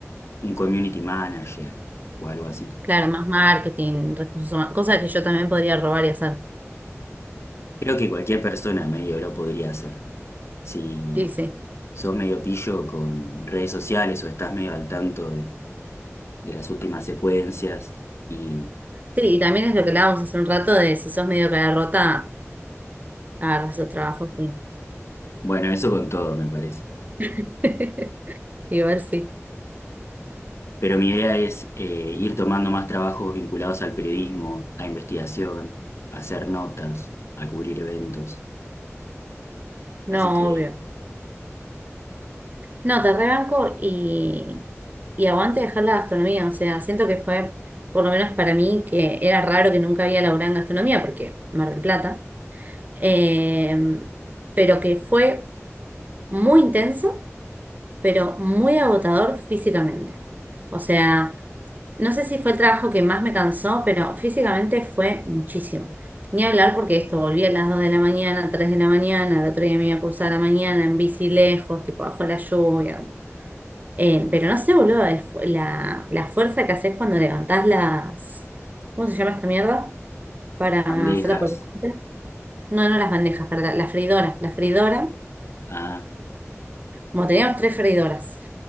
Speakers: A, on the left; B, on the right.
A: un community manager o algo así.
B: Claro, más marketing, recursos humanos, cosas que yo también podría robar y hacer.
A: Creo que cualquier persona medio lo podría hacer. Si
B: Sí, sí.
A: sos medio pillo con redes sociales o estás medio al tanto de, de las últimas secuencias y
B: Sí, y también es lo que hablábamos hace un rato de si sos medio cara rota, agarras esos trabajos. Sí.
A: Bueno, eso con todo, me parece.
B: <laughs> Igual sí.
A: Pero mi idea es eh, ir tomando más trabajos vinculados al periodismo, a investigación, a hacer notas, a cubrir eventos.
B: No,
A: Así que
B: obvio. No, te rebanco y, y aguante dejar la gastronomía. O sea, siento que fue, por lo menos para mí, que era raro que nunca había laburado en gastronomía, porque Mar del Plata. eh, pero que fue muy intenso, pero muy agotador físicamente. O sea, no sé si fue el trabajo que más me cansó, pero físicamente fue muchísimo. Ni hablar porque esto volví a las 2 de la mañana, 3 de la mañana, el otro día me iba a cursar a la mañana en bici lejos, tipo bajo la lluvia. Eh, pero no sé, boludo, el fu- la, la fuerza que haces cuando levantás las... ¿Cómo se llama esta mierda? Para
A: las bandejas.
B: hacer la papeleta. No, no las bandejas, para las freidoras. La freidora
A: Ah,
B: como teníamos tres freidoras